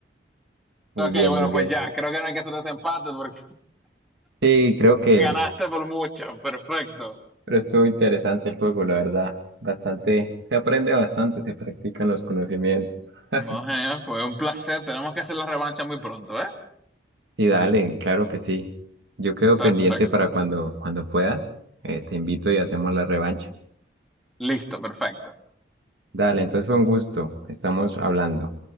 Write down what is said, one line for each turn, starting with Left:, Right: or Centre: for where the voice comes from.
Right: Muy
Centre: Ok,
Right: bien,
Centre: bueno,
Right: muy
Centre: pues
Right: bien.
Centre: ya, creo que no hay que hacer desempate porque
Right: Sí, creo
Centre: <laughs>
Right: que,
Centre: ganaste por mucho. Perfecto.
Right: pero estuvo interesante el juego, la verdad. Bastante, se aprende bastante, se practican los conocimientos. <laughs>
Centre: No, genial, pues un placer. Tenemos que hacer la revancha muy pronto, ¿eh?
Right: Sí, dale, claro que sí. Yo quedo
Centre: Perfecto.
Right: pendiente para cuando, cuando puedas. Eh, te invito y hacemos la revancha.
Centre: Listo, perfecto.
Right: Dale, entonces fue un gusto. Estamos hablando.